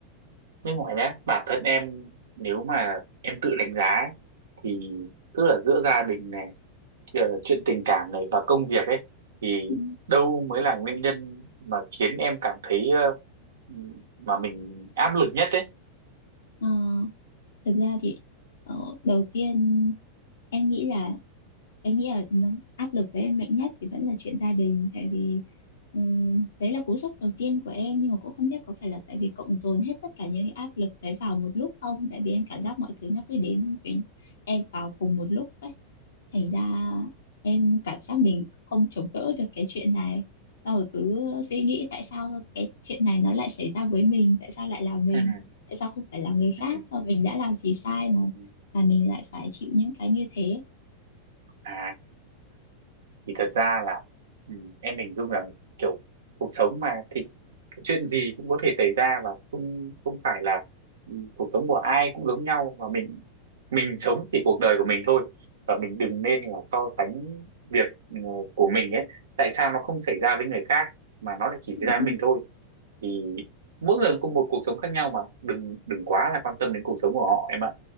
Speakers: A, on the right; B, on the left.
A: nhưng mà nhá bản thân em nếu mà em tự đánh giá ấy, thì tức là giữa gia đình này Ờ, chuyện tình cảm này và công việc ấy thì
B: Ừ.
A: đâu mới là nguyên nhân mà khiến em cảm thấy ờ, mà mình áp lực nhất ấy
B: Ờ, thực ra thì ờ, đầu tiên em nghĩ là em nghĩ là nó- áp lực với em mạnh nhất thì vẫn là chuyện gia đình tại vì ừm, đấy là cú sốc đầu tiên của em nhưng mà cũng không biết có phải là tại vì cộng dồn hết tất cả những cái áp lực đấy vào một lúc không tại vì em cảm giác mọi thứ nó cứ đến với em vào cùng một lúc ấy thành ra em cảm giác mình không chống đỡ được cái chuyện này Xong rồi cứ suy nghĩ tại sao cái chuyện này nó lại xảy ra với mình tại sao lại là mình
A: ừ,
B: tại sao không phải là người
A: ừ,
B: khác sao mình đã làm gì sai mà
A: ừ.
B: mà mình lại phải chịu những cái như thế
A: à thì thật ra là ừm, em hình dung rằng kiểu cuộc sống mà thì chuyện gì cũng có thể xảy ra và không không phải là ừ, cuộc sống của ai cũng giống nhau và mình mình sống chỉ cuộc đời của mình thôi và mình đừng nên là so sánh việc ừ, của mình ấy tại sao nó không xảy ra với người khác mà nó lại chỉ
B: Ừ.
A: xảy ra với mình thôi thì mỗi người có một cuộc sống khác nhau mà đừng đừng quá là quan tâm đến cuộc sống của họ em ạ